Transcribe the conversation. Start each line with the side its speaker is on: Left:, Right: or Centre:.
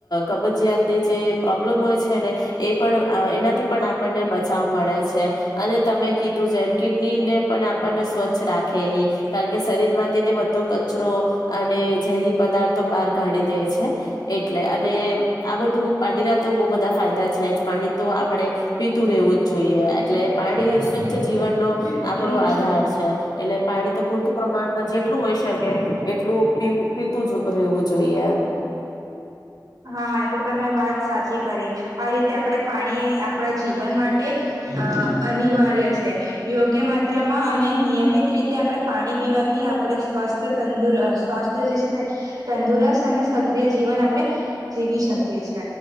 Left: કબજીયાતની જે પ્રોબ્લેમ હોય છે ને એ પણ અ એનાથી પણ આપણને બચાવ મળે છે અને તમે કીધું જેમ કિડની ને પણ આપણને સ્વચ્છ રાખે એ કારણ કે શરીર માંથી તે બધો કચરો અને ઝેરી પદાર્થો કાઢી દે છે એટલે અને આ બધું પાણીના તો બહ બધા ફાયદા છે પાણી તો આપડે પીતું રહેવું જ જોઈએ
Right: મેં
Left: એટલે
Right: અત્યારે
Left: પાણી
Right: લેવાની
Left: સ્વચ્છ
Right: ગયેલી
Left: જીવન
Right: કેટલી
Left: નો
Right: ભરેલી
Left: આપડો આધાર
Right: ને
Left: છે એટલે પાણી તો પૂરતું પ્રમાણમાં જેટલું હોય શકે એટલું પીું પીતું રહેવું જોઈએ
Right: હા એ તો તમે વાત સાચી કરી આ રીતે આપણે પાણી આપણા જીવન માટે અ અનિવાર્ય છે યોગ્ય માત્રામાં અને નિયમિત રીતે આપણે પાણી પીવાથી આપણે સ્વાસ્થ તંદુર સ્વાસ્થ જે છે ને તંદુરસ્ત અને સક્રિય જીવન આપણે જીવી શકીએ. છે